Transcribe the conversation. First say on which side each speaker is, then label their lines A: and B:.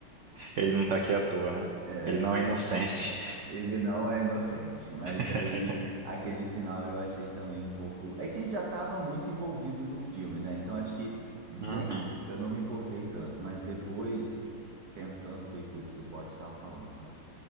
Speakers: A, on the right; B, on the right.
A: Ele não tá aqui à toa, né?
B: É,
A: Ele não é inocente.
B: Ele não é inocente, mas
A: <laughs>
B: aí aquele final eu achei também um pouco. É que ele já estava muito envolvido no filme, né? Então acho que vendo,
A: Uhum.
B: eu não me importei tanto, mas depois, pensando, falei, putz, o bot estava falando, né?